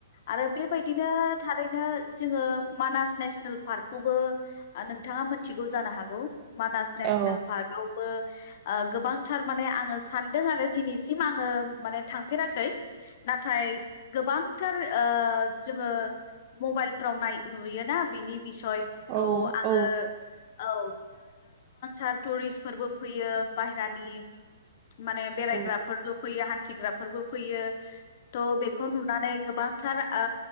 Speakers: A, on the left; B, on the right.
A: आरो बेबायदिनो थारैनो जोङो मानास नेसनेल पार्कखौबो आं नोंथाङा मोनथिगौ जानो हागौ मानास नेसनेल
B: औ
A: पार्क आवबो ओ गोबांथार माने आङो सानदों आरो दिनैसिम आङो माने थांफेराखै नाथाय गोबां थार ओ जोङो मबाइलफ्राव नाय नुयोना बिनि बिसय
B: औ
A: थ' आङो औ फोरबो फैयो बायहरानि माने बेरायग्राफोरबो
B: औ
A: फैयो थिग्राफोरबो फैयो थह बेखौ नुनानै गोबांथार ओ